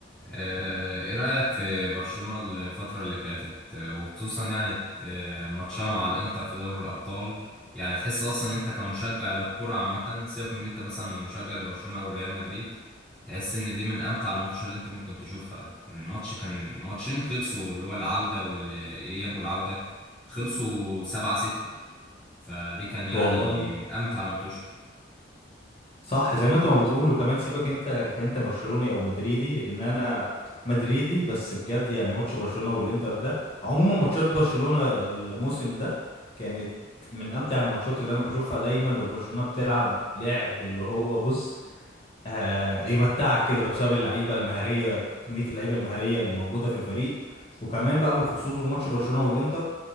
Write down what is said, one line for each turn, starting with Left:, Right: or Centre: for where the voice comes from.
Centre: آه، ايه رأيك في برشلونة الفترة اللي فاتت آه، وخصوصا يعني آه، ماتشها مع الانتر في دوري الأبطال يعني تحس اصلا إن انت كمشجع للكرة عامة سيبك من ان انت مثلا مشجع لبرشلونة او ريال مدريد تحس ان دي من امتع الماتشات اللي انت ممكن تشوفها الماتش كان ماتشين خلصوا اللي هو العودة والإياب والعودة خلصوا سبعة ستة فدي كان يعني
Left: والله
Centre: من امتع الماتشات
Left: صح زي ما انت ما بتقول وكمان سيبك انت كأنت برشلوني او مدريدي لان انا مدريدي بس بجد يعني ماتش برشلونة والانتر ده عموما ماتشات برشلونة الموسم ده كانت من امتع الماتشات اللي انا بشوفها دايما وبرشلونة بتلعب لعب اللي هو بص آه يمتعك كده بسبب اللعيبة المهارية كمية اللعيبة المهارية اللي موجودة في الفريق وكمان بقى بالخصوص بماتش برشلونة والانتر